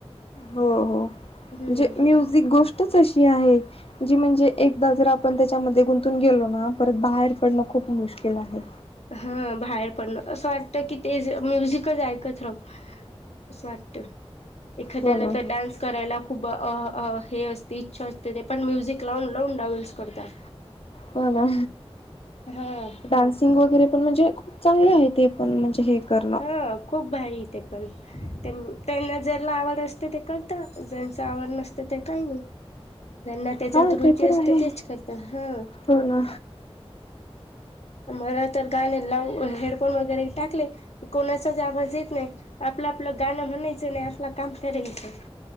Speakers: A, on the left; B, on the left.
A: हो हो
B: हम्म
A: जे म्युझिक गोष्टच अशी आहे. जी म्हणजे एकदा जर आपण त्याच्यामध्ये गुंतून गेलो ना परत बाहेर पडणं खूप मुश्किल आहे.
B: हा बाहेर पडण असं वाटत की ते ज म्युझिकच अं ऐकत राहु असं वाटत. एखाद्याला
A: हो ना.
B: तर डान्स करायला खूप हं हं असते इच्छा असते ते पण म्युझिक लावून लावून ट्रॅवल्स करतात.
A: हो ना
B: हा
A: डान्सिंग वगैरे पण म्हणजे चांगले आहे ते पण म्हणजे हे करणं.
B: हा खूप भारी ते पण त्यान त्यांना ज्याला आवड असते ते करतं ज्यांचं आवड नसते ते काय नाही. जेना त्याच्यात
A: हा
B: रुची
A: ते तर
B: असते
A: आहे.
B: तेच करतां हा
A: हो ना
B: मला तर गाणे लावुन हेडफोन वगैरे टाकले कोणाचाच आवाज येत नाहीत आपलं आपलं गाणं म्हणायचं नाही आपलं काम करायचं.